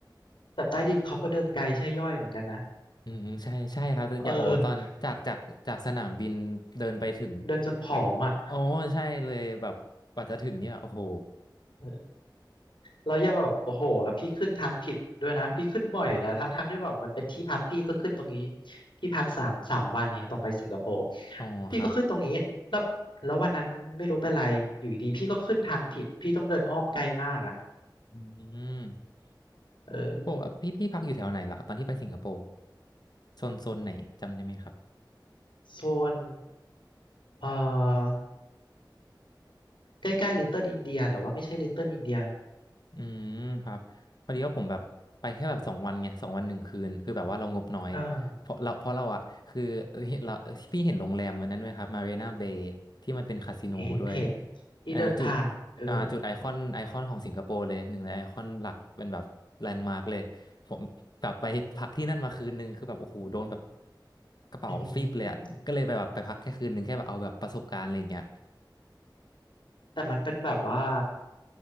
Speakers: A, on the left (about 80°); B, on the left (about 60°).
A: แต่ใต้ดินเขาก็เดินไกลใช่ย่อยเหมือนกันนะ
B: อืมใช่ใช่ครับอย่างโอ้ตอนจากจากจากสนามบินเดินไปถึง
A: เออเดินจนผอมอ่ะ
B: โอ้ใช่เลยแบบกว่าจะถึงเนี่ยโอ้โห
A: เออ แล้วอย่าแบบโอ้โหแล้วพี่ขึ้นทางผิดด้วยนะพี่ขึ้นบ่อยนะทั้งทั้งที่แบบมันเป็นที่พักพี่ก็ขึ้นตรงนี้พี่พักสามสามวันเนี่ยตอนไปสิงคโปร์
B: อ๋อครับ
A: พี่ก็ขึ้นตรงนี้แล้วแล้ววันนั้นไม่รู้เป็นไรอยู่ดีพี่ก็ขึ้นทางผิดพี่ต้องเดินอ้อมไกลมากอ่ะ
B: อืม
A: เออ
B: ปกติพี่พี่พักอยู่แถวไหนล่ะครับตอนที่ไปสิงคโปร์โซนโซนไหนจำได้ไหมครับ
A: โซนเอ่อใกล้ๆลิตเติ้ลอินเดียแต่ว่าไม่ใช่ลิตเติ้ลอินเดีย
B: อืมครับพอดีว่าผมแบบไปแค่แบบสองวันไงสองวันหนึ่งคืนคือแบบว่าเรางบน้อยเพราะเราเพราะเราอะคือเอ่อเราพี่เห็นโรงแรมอันนั้นไหมครับมารีนาเบย์ที่มันเป็นคาสิโนด้วย
A: เออเห็นเห็นที่เดินผ่านเออ
B: อ่าจุดอ่าจุดไอคอนไอคอนของสิงคโปร์เลยหนึ่งในไอคอนหลักเป็นแบบแลนด์มาร์กเลยผมแบบไปพักที่นั่นมาคืนนึงคือแบบโอ้โหโดนแบบกระเป๋าฟีบเลยอะก็เลยไปแบบไปพักแค่คืนนึงแค่แบบเอาแบบประสบการณ์อะไรอย่างเงี้ย
A: อือหือแต่มันเป็นแบบว่า